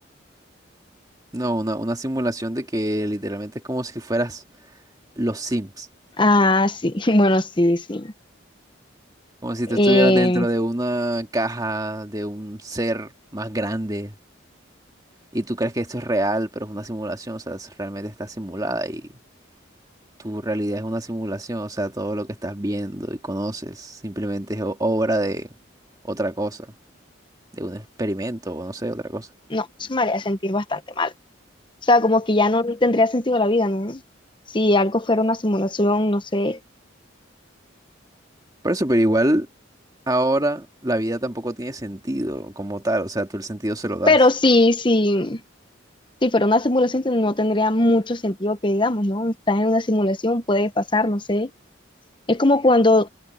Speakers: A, on the right; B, on the left.
A: No, una, una simulación de que literalmente es como si fueras los Sims.
B: Ah, sí, <laughs> bueno, sí, sí.
A: Como si
B: Em,
A: tú estuvieras dentro de una caja de un ser más grande Y tú crees que esto es real, pero es una simulación, o sea, es- realmente está simulada y tu realidad es una simulación, o sea, todo lo que estás viendo y conoces simplemente es o- obra de otra cosa, de un experimento o no sé, otra cosa.
B: no, eso me haría sentir bastante mal. O sea, como que ya no tendría sentido la vida, ¿no? Si algo fuera una simulación, no sé.
A: Por eso, pero igual ahora la vida tampoco tiene sentido como tal, o sea, tú el sentido se lo das.
B: Pero sí, sí, si fuera una simulación ten- no tendría mucho sentido que digamos, ¿no? Estás en una simulación, puede pasar, no sé. Es como cuando